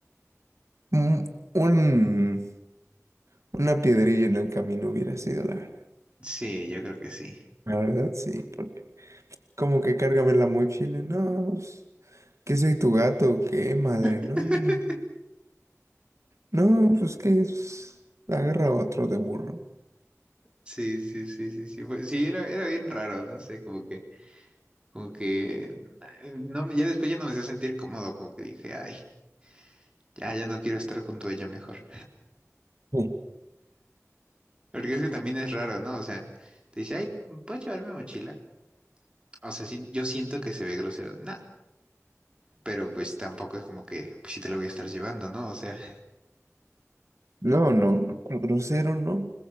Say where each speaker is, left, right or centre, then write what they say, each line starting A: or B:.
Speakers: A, on the right; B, on the right.
A: un, un- una piedrilla en el camino hubiera sido la verdad.
B: Sí, yo creo que sí.
A: La verdad, sí, porque como que cárgame la mochila, no, pues, ¿qué soy tu gato? o ¿Qué madre?
B: <laughs>
A: No, no, no, pues que es, agarra otro de burro.
B: Sí, sí, sí, sí, sí. fue- sí, era, era bien raro, no sé, como que, como que, eh, no, me- ya después ya no me hacía sentir cómodo, como que dije, ay, ya, ya no quiero estar junto a ella mejor.
A: Sí.
B: Porque es que también es raro, ¿no? O sea, te dice, ay, ¿puedo llevar mi mochila? O sea, sí, yo siento que se ve grosero, no, pero pues tampoco es como que, pues sí te la voy a estar llevando, ¿no? O sea.
A: No, no, no, ¿cuál grosero, no,